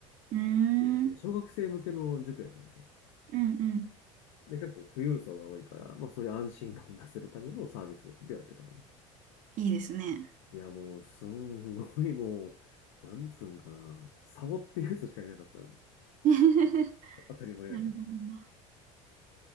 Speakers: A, on the right (about 50°); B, on the left (about 80°).
A: うーん。
B: その小学生向けの塾やからさ。
A: うんうん。
B: で、結構富裕層が多いから、まあそういう安心感を出せるためのサービスではやってたのね。
A: いいですね。
B: いや、もう、すんごいもう、なんつうんかな。サボってるやつしかいなかったな。
A: <laughs>
B: 当たり前やけど。
A: なるほどね。